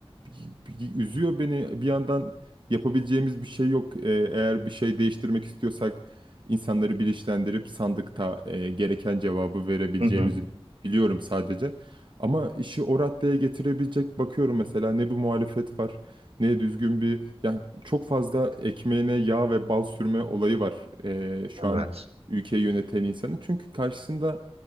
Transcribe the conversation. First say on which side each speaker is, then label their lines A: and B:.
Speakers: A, on the right (about 50°); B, on the right (about 80°).
A: bi- bi- üzüyor beni. Bir yandan yapabileceğimiz bir şey yok. E, eğer bir şey değiştirmek istiyorsak insanları bilinçlendirip sandıkta e, gereken cevabı verebileceğimizi
B: Hı hı.
A: biliyorum sadece. Ama işi o raddeye getirebilecek bakıyorum mesela ne bir muhalefet var ne düzgün bir yani çok fazla ekmeğine yağ ve bal sürme olayı var e, şu
B: Evet.
A: an ülkeyi yöneten insanın. Çünkü karşısında